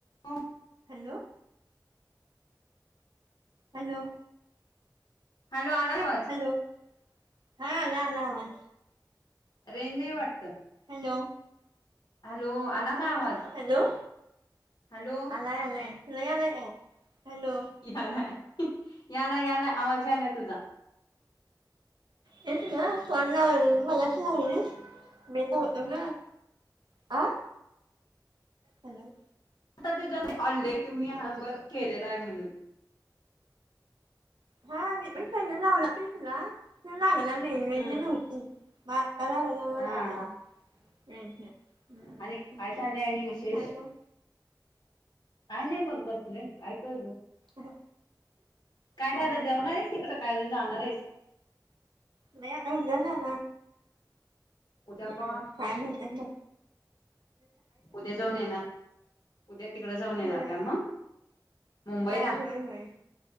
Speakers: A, on the left; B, on the right.
A: हो.
B: Hello. Hello.
A: Hello आलावाज.
B: Hello हा आला आला आवाज.
A: रेंज नाही वाटत.
B: हॅलो
A: हॅलो आला
B: हा
A: काय आवाज.
B: तेच हॅलो
A: हॅलो
B: आलाय आलायल आला हॅलो.
A: यालाय याला याला आवाज यालाय तुझा.
B: येत ना फोन लावलेला मलाशी लावलीस म. तुम आं. हॅलो.
A: आता तुझ अले तुम्ही ह नंबर केलेला आहे म्हणून.
B: हा मी पणसा लावला पैसला त लागला नाही
A: ह
B: नव्हती. कलाज व.
A: हा
B: हम्म
A: आणि काय चाललंय विशेष
B: आणि काय मग
A: काय नाही मग बसले काय कर ना
B: हा
A: काय
B: हा
A: झालं जेवणार आहेस इकड काय अजून जाणार आहेस
B: नाही आता उद्या जाणार
A: उद्या
B: अ
A: कवा
B: काय म्हणत
A: उद्या जाऊन येणार उद्या तिकडं जाऊन येणार
B: होय
A: का मग मुंबईला
B: हा होय होय